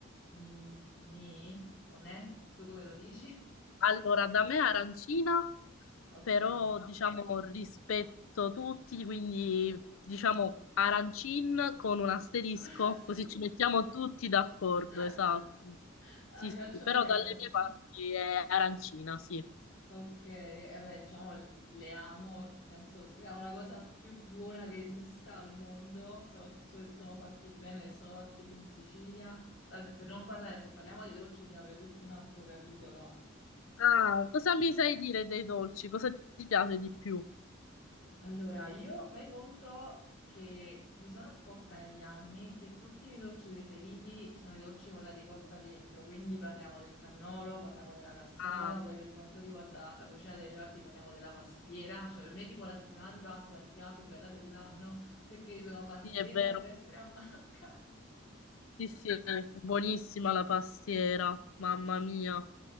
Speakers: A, on the left; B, on the left.
A: Mm, Ni o ne? Tu come lo dici?
B: Allora, da me arancina,
A: <laughs> Ok,
B: però diciamo rispetto tutti, quindi diciamo arancin con un asterisco,
A: con l'asterisco.
B: così ci mettiamo tutti d'accordo,
A: <laughs>
B: esatto.
A: Ah,
B: Sì,
A: mi piacciono
B: sì, però
A: gli arancini.
B: dalle mie parti è arancina, sì.
A: Ok, eh beh, diciamo le amo, penso sia una cosa più buona che esista al mondo, soprattutto se sono fatti bene, se sono fatti lì in Sicilia. Vabbè, per non parlare, se parliamo di dolci ti apre tutto un altro capitolo.
B: Ah, cosa mi sai dire dei dolci? Cosa ti piace di più?
A: Allora, io fai conto che mi sono accorta negli anni che tutti i miei dolci preferiti sono i dolci con la ricotta dentro, quindi parliamo del cannolo, parliamo della cassata,
B: Ah,
A: poi per quanto riguarda la cucina dei reparti parliamo della pastiera, cioè per me tipo la settimana di Pasqua è la settimana più bella dell'anno perché ci sono pastiere
B: sì, è vero.
A: a destra e a manca.
B: Sì, sì, buonissima la pastiera, mamma
A: <laughs>
B: mia,